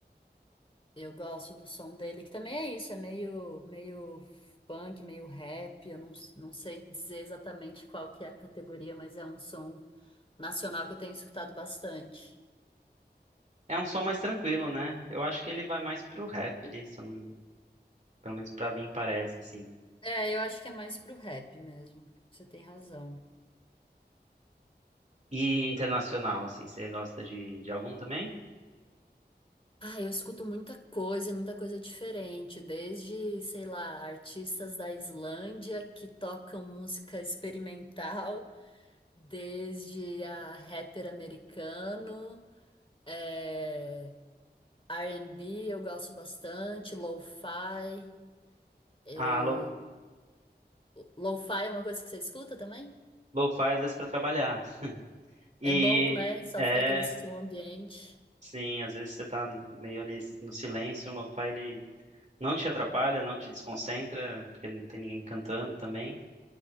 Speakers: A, on the left (about 30°); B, on the right (about 45°).
A: Eu gosto do som dele, que também é isso, é meio, meio funk, meio rap. Eu não, não sei dizer exatamente qual que é a categoria, mas é um som nacional que eu tenho escutado bastante.
B: É um som mais tranquilo, né? Eu acho que ele vai mais pro rap ali, se eu não- pelo menos pra mim parece, assim.
A: É, eu acho que é mais pro rap mesmo. Você tem razão.
B: E internacional, assim, você gosta de, de algum também?
A: Ah, eu escuto muita coisa, muita coisa diferente, desde, sei lá, artistas da Islândia que tocam música experimental, desde a rapper americano. É... R&B eu gosto bastante, lo-fi, eu...
B: Ah, lo,
A: Lo-fi é uma coisa que você escuta também?
B: lo-fi às vezes pra trabalhar. E
A: É bom, né? Só
B: é,
A: ficar aquele som ambiente.
B: sim, às vezes você tá meio ali no silêncio, o lo-fi ele não te atrapalha, não te desconcentra, porque não tem ninguém cantando também.